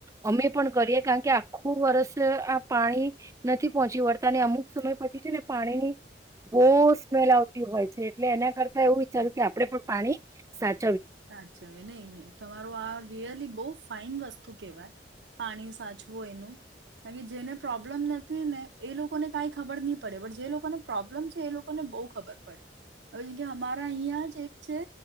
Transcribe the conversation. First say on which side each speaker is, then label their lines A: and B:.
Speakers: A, on the right; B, on the right.
A: અમે પણ કરીએ કારણ કે આખું વરષ આ પાણી નથી પહોંચી વળતા અને અમુક સમય પછી છે ને પાણીની બહુ સ્મેલ આવતી હોય છે, એટલે એના કરતા એવું વિચાર્યું કે આપડે પણ પાણી સાચ
B: સાચવીયે, નહી, નહી તમારું આ રિયલી બહુ ફાઈન વસ્તુ કેહેવાય પાણી સાચવું એનું કાર કે જેને પ્રોબ્લમ નથી ને એ લોકોને કઈ ખબર નહી પડે પણ જે લોકોને પ્રોબ્લમ છે એ લોકોને બહુ ખબર પડે હવે જેમકે અમારા અહિયાં જ એક છે